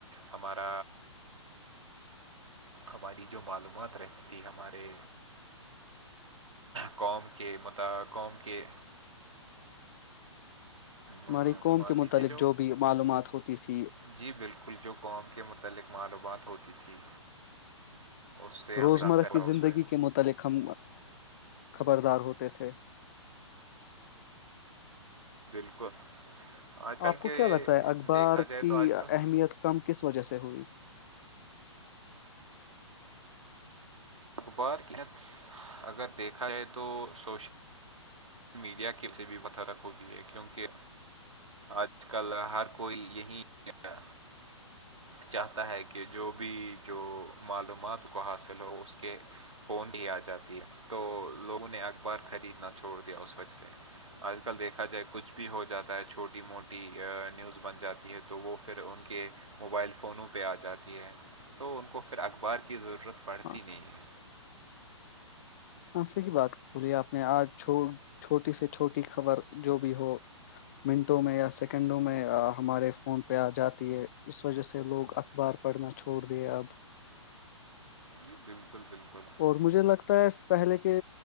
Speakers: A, on the right (about 75°); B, on the left (about 30°).
A: ہمارا ہماری جو معلومات رہتی تھی ہمارے قوم کے م قوم کے مان
B: ہماری قوم کے
A: لیجیے
B: متعلق جو بھی معلومات ہوتی تھی
A: جی بالکل جو قوم کے متعلق معلومات ہوتی تھی اس سے ہمیں
B: روزمرہ
A: اضافہ ہوا
B: کی
A: اس
B: زندگی
A: میں
B: کے متعلق ہم خبردار ہوتے تھے
A: بالکل آج کل
B: آپ کو
A: کے
B: کیا لگتا ہے اخبار
A: دیکھا
B: کی
A: جائے تو آج کل
B: اہمیت کم کس وجہ سے ہوئی
A: اخبار ح اگر دیکھا جائے تو سوشل میڈیا کی سے بھی بترک ہوئی ہے کیونکہ آج کل ہر کوئی یہی کیا چاہتا ہے کہ جو بھی جو معلومات کو حاصل ہو اس کے فون بھی آ جاتی ہے تو لوگوں نے اخبار خریدنا چھوڑ دیا اس وجہ سے آج کل دیکھا جائے کچھ بھی ہو جاتا ہے چھوٹی موٹی نیوز بن جاتی ہے تو تو وہ پھر ان کے موبائل فونوں پہ آ جاتی ہے تو ان کو پھر اخبار کی ضرورت پڑتی
B: ہاں
A: نہیں ہے
B: ہاں صحیح بات بولی آپ نے آج چھوٹی سے چھوٹی خبر جو بھی ہو منٹوں میں یا سیکنڈوں میں ہمارے فون پہ آ جاتی ہے اس وجہ سے لوگ اخبار پڑھنا چھوڑ د اپ
A: جی بالکل بالکل
B: اور مجھے لگتا ہے پہلے کے